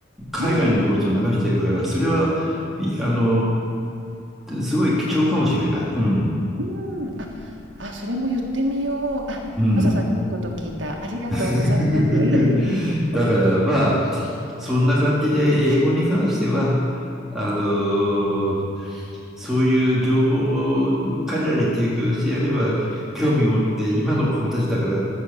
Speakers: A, in the centre; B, on the right.
A: 海外の放送流してるから、
B: うん、う
A: それは、いあの、すごい貴重かもしれない。うん、
B: ん。あ、あ、それも言ってみよう。あ、
A: うん。
B: マサさんにいいこと聞いた。ありがとうございます。
A: <laughs>
B: <laughs>
A: だからまあ、そんな感じで英語に関しては、あのーそういう情報を彼らに提供してやれば、興味を持って今の子たちだから、